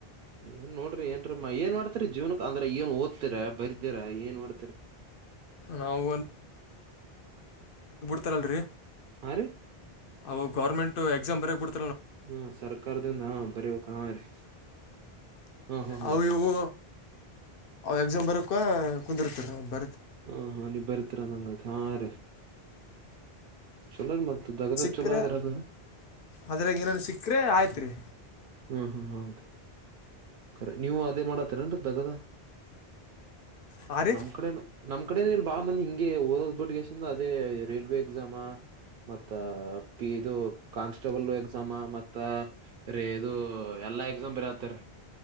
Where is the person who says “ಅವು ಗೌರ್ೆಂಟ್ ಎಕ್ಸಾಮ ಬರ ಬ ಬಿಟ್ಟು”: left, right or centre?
Left